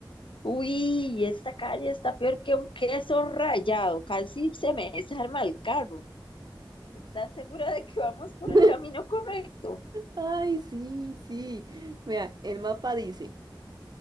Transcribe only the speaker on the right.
<laughs>
Ay, sí, sí. Vea, el mapa dice,